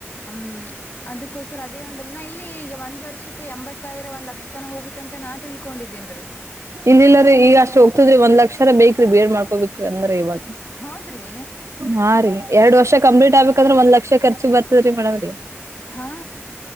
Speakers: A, on the left; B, on the right.
A: ಹ್ಮ್ ಅದಕ್ಕೋಸ್ರ ಅದೇ ಒಂದಿನ ಇಲ್ಲಿ ಈಗ ಒಂದ್ ವರ್ಷಕ್ಕೆ ಎಂಬತ್ ಸಾವಿರ ಒಂದ್ ಲಕ್ಷತನ ಹೋಗುತ್ತಂತ ನಾ ತಿಳ್ಕೊಂಡಿದೇನ್ ರೀ
B: ಇಲ್ಲ ಇಿಲ್ಲ್ರ ಈಗ ಅಷ್ಟ್ ಹೋಗ್ತದ್ರಿ ಒಂದ್ ಲಕ್ಷರ ಬೇಕ ಬೇಡ್ ಮಾಡ್ಕೋಬೇಕ ಅಂದ್ರೆ ಇವಾಗ
A: ಹೌದ್ರಿ
B: ಹಾ ರೀ ಎರಡ್ ವರ್ಷ ಕಂಪ್ಲೀಟ್ ಆಗ್ಬೇಕಂದ್ರೆ ಒಂದ್ ಲಕ್ಷಖರ್ಚು ಬರ್ತದ್ರೀ ಮೇಮ್ರೀ
A: ಹಾ